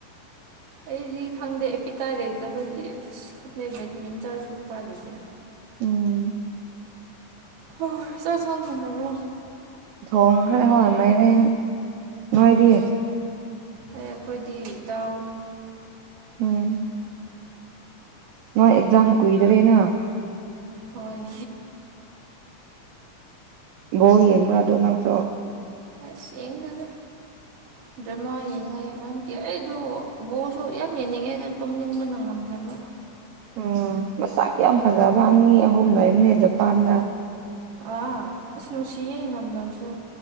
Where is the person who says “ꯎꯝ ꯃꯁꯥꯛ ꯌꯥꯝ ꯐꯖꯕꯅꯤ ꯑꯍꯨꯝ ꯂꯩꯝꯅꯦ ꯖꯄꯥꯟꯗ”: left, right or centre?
Right